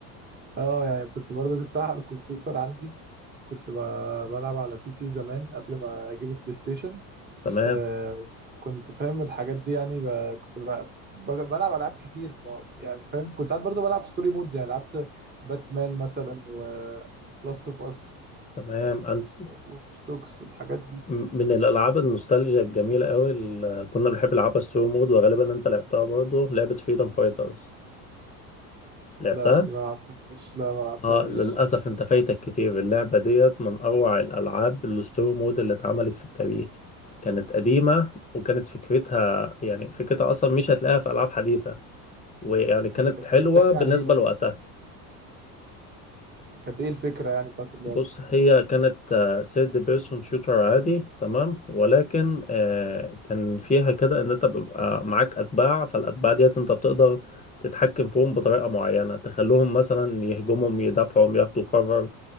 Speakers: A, on the right (about 20°); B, on the left (about 15°).
A: اه يعني كنت برضه جبتها على الكمبيوتر عندي كنت ب- بلعب على بي سي زمان قبل ما اجيب البلاي ستيشن
B: تمام
A: آه كنت فاهم الحاجات دي يعني ب... كنت ب... ب- بلعب العاب كتير ب- يعني فاهم كنت ساعات برضو بلعب ستوري مودز يعني لعبت باتمان مثلا و لاست اوف اس
B: تمام انت
A: واتش دوكس الحاجات دي
B: م- من الالعاب النوستالجيا الجميله قوي اللي كنا بنحب نلعبها ستوري مود وغالبا انت لعبتها برضه لعبه فريدم فايترز لعبتها؟
A: لا دي ما لعبتهاش لا ما لعبتهاش
B: اه للاسف انت فايتك كتير اللعبه ديت من اروع الالعاب الستوري مود اللي اتعملت في التاريخ كانت قديمه وكانت فكرتها يعني فكرتها اصلا مش هتلاقيها في العاب حديثه ويعني كانت
A: دي كانت
B: حلوه
A: ايه بتحكي
B: بالنسبه
A: عن ايه يعني
B: لوقتها
A: كانت ايه الفكرة يعني بتاعت اللعبة
B: بص هي كانت سيرد بيرسون شوتر عادي تمام ولكن آه، كان فيها كده ان انت بيبقى معاك اتباع فالاتباع ديت انت بتقدر تتحكم فيهم بطريقه معينه تخلوهم مثلا يهجمهم يدافعوا ياخدوا كفر